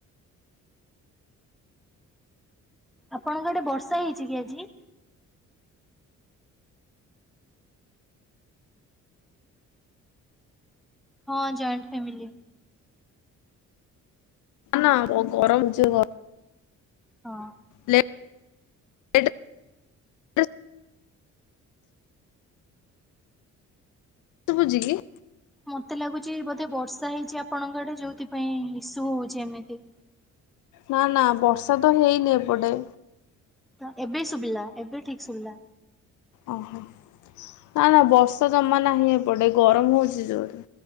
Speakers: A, in the centre; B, on the left (about 75°).
A: ଆପଣଙ୍କ ଆଡ଼େ ବର୍ଷା ହେଇଛି କି ଆଜି। ହଁ ଜଏଣ୍ଟ ଫ୍ୟାମିଲି।
B: ନା ନା ଗରମ ହଉଛି <inaudible>
A: ହଁ।
B: <unintelligible> ଶୁଭୁଚି କି।
A: ମତେ ଲାଗୁଛି ବୋଧେ ବର୍ଷା ହେଇଛି ଆପଣଙ୍କ ଆଡ଼େ ଯୋଉଥିପାଇଁ ଇସୁ ହଉଛି ଏମିତି।
B: ନା ନା ବର୍ଷା ତ ହେଇନି ଏପଟେ।
A: ତ ଏବେ ଶୁଭିଲା ଏବେ ଠିକ ଶୁଭିଲା।
B: ଓହୋ ନା ନା ବର୍ଷା ଜମା ନାହିଁ ଏପଟେ ଗରମ ହଉଛି ଜୋର ରେ।